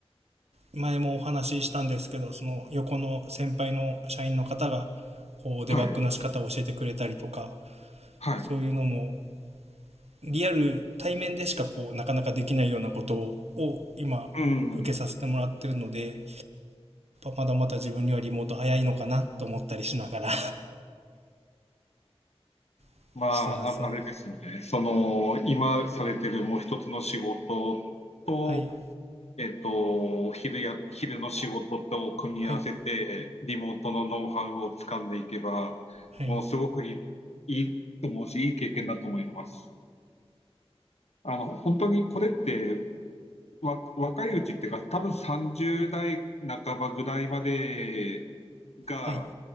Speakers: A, on the right; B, on the left.
A: 前もお話ししたんですけどその横の先輩の社員の方がこうデバッグの仕方を教えてくれたりとか
B: はい、はい。
A: そういうのもリアル対面でしかこうなかなかできないようなことを今受けさせてもらってるので
B: うん。
A: まだまだ自分にはリモート早いのかなと思ったりしながら <laughs>
B: まあ、
A: してますね
B: ああれですね。その、今されてるもう一つの仕事と、
A: はい
B: えっと、昼や、昼の仕事と組み合わせて、
A: はい
B: リモートのノウハウを掴んでいけば、
A: はい
B: もうすごくいい、いいと思うし、いい経験だと思います。あの、本当にこれって、わ、若いうちっていうか、多分30代半ばぐらいまでが、
A: はい